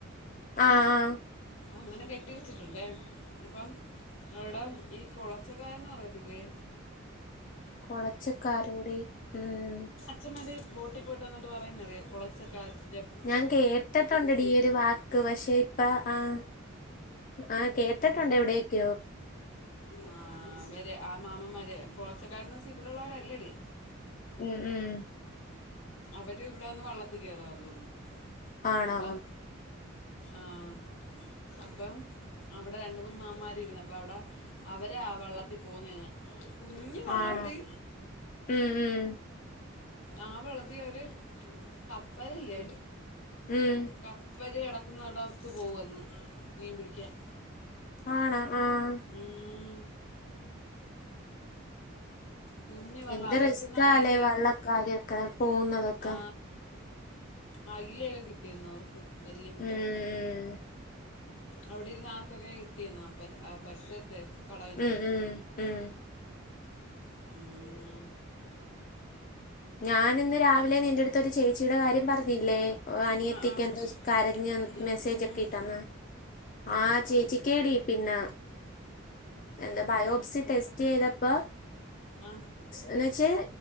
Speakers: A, on the left; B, on the left.
A: ആഹ് ആഹ
B: അങ്ങനെ കെട്ടി വെച്ചിട്ടുണ്ടേ അപ്പം അവിട ഈ കുളച്ചക്കായന്ന് പറയത്തില്ലേ
A: കുളച്ചക്കാാരോടെ ഉം
B: അച്ഛന്മാർ ബോട്ടിൽ പോയിട്ട് വന്നിട്ട് പറയും നിറയെ കുളച്ചൊക്കെ അ
A: ഞാൻ കേട്ടിട്ടുണ്ട് ടി ഒരു വാക്ക് പക്ഷെ ഇപ്പ ആർ ആ കേട്ടിട്ടുണ്ട എവിടെയൊക്കെയോ
B: ആ് അവര് ആ മാമമാര് കുളച്ചക്കാരന്ന് വെച്ചാ ഇവിടെള്ളവരല്ലടി
A: ഉം ഉം
B: അവര് ഇവിടെന്ന് വള്ളത്തിൽ കയറുവാ തോന്നുന്നു
A: ആണോ
B: അപ്പം ആഹ അപ്പൊ അവിടെ രണ്ട് മൂന്ന് മാമാർരുന്നു അപ്പ അവിടെ അവരെ ആ വള്ളത്തിൽ പോന്നെ കുഞ്ഞി വെള്ളോ
A: ആണോ
B: ടീ?
A: ഉം. ഉം.
B: ആ വെള്ളത്തി ഒര് കപ്പലില്ലേ?
A: ഉം
B: ഇവര് ഇടക്കു ന്നകടവത്ത് പോകന്ന് മീൻ പിടിക്കാൻ.
A: ആണോ ആഹ്
B: ഉം.. കുഞ്ഞ വള്ളാ
A: എന്ത്
B: അവർക്കിന്ന്
A: റിസ്കാല്ലേ
B: അയിലേും-
A: വള്ളക്കാരൊക്കെ പോകുന്നതൊക്കെ
B: ആ. അല്ലിയെല കിട്ടിരുന്നു അവർക്ക്, വല്മുട്ടെ-
A: ഉം
B: അവിടെരുന്ന ആർക്കൊക്കെ കിട്ടിന്നാ പരിസരത്തെ കടവിന്റെ
A: ഉം
B: അടുത്തു.
A: ഉം ഉം ഉം.
B: ഉം
A: ഞാൻ ഇന്ന് രാവിലെ നിന്റെറ അടുത്ത ഒരു ചേച്ചിയുടെ കാര്യം പറഞ്ഞില്ലേ? അനിയത്തിക്ക
B: ആ ആ
A: എന്തോ- കരഞ്ഞ
B: ഉം ഉം
A: മെസ്സേജ്
B: ഉം
A: ഒക്കെ
B: ഉം
A: ഇട്ടാന്ന ആ ചേച്ചിക്കേടി പിന്നെ- എന്താ ബയോപ്സി ടെസ്റ്റ് ചെയ്തപ്പ-
B: ആ
A: എന്ന്വച്ചേ